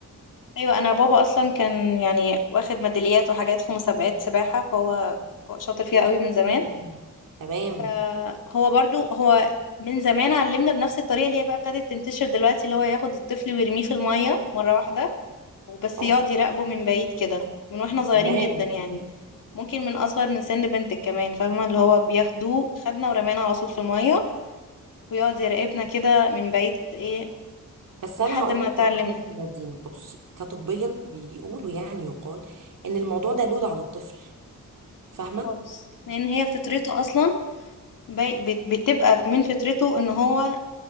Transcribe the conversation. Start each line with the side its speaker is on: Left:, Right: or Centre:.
Left: أيوة أنا بابا أصلا كان يعني واخد ميداليات وحاجات في مسابقات سباحة فهو هو شاطر فيها
Right: مم.
Left: قوي من زمان
Right: تمام
Left: فهو برضو هو من زمان علمنا بنفس الطريقة اللي هي بقى ابتدت تنتشر دلوقتي اللي هو ياخد الطفل ويرميه في المية مرة واحدة وبس
Right: اوه
Left: يقعد يراقبه من بعيد كده من واحنا صغيرين
Right: تمام
Left: جدا يعني ممكن من اصغر من سن بنتك كمان فاهمه اللي هو بياخدوه خدنا ورمانا على طول في الميه ويقعد يراقبنا كده من بعيد ايه
Right: بس انا
Left: لحد
Right: هقول
Left: ما
Right: لك
Left: اتعلمنا
Right: على حاجه يا نادين بصي كطبيا بيقولوا يعني يقال ان الموضوع ده لود على الطفل فاهمه
Left: خالص لان هي فطرته اصلا بي- بت- بتبقى من فطرته ان هو